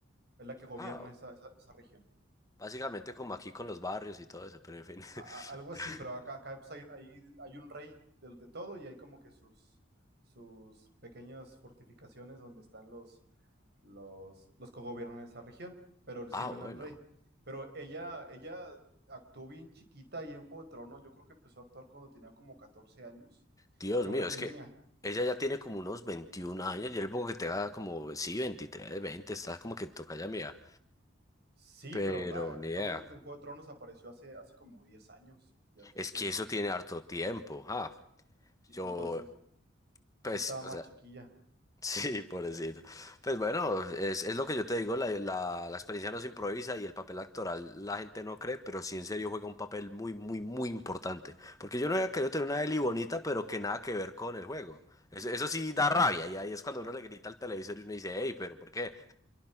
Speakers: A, on the right (about 55°); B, on the left (about 20°).
A: Es la que gobierna
B: Ah,
A: esa, esa, esa región.
B: básicamente como aquí con los barrios y todo eso, pero en fin.
A: a- a- algo así,
B: <laughs>
A: pero acá, acá pues, hay, hay, hay un rey de, de todo y hay como que sus, sus pequeñas fortificaciones donde están los, los, los que gobiernan esa región, pero le sirven
B: Ah, bueno.
A: al rey. Pero ella, ella actuó bien chiquita y en Juego de Tronos, yo creo que empezó a actuar cuando tenía como 14 años.
B: Dios
A: Era
B: mío,
A: una niña.
B: es que ella ya tiene como unos 21 años. Yo le pongo que tenga como, sí, 23, 20. está como que toca ya mía.
A: Sí,
B: Pero
A: pero ah,
B: ni
A: está
B: idea.
A: hablando que en Juego de Tronos apareció hace, hace como 10 años. Ya, ya
B: Es
A: tiene
B: que
A: rato
B: eso
A: que-
B: tiene harto tiempo, ja.
A: sí,
B: Yo,
A: entonces, sí
B: pues,
A: estaba más
B: o sea,
A: chiquilla.
B: Sí, pobrecito. Pues bueno, es, es lo que yo te digo, la, la, la experiencia no se improvisa y el papel actoral la gente no cree, pero sí en serio juega un papel muy, muy, muy importante. Porque yo no había querido tener una Eli bonita, pero que nada que ver con el juego. Eso, eso sí da rabia y ahí es cuando uno le grita al televisor y uno dice, hey, pero ¿por qué?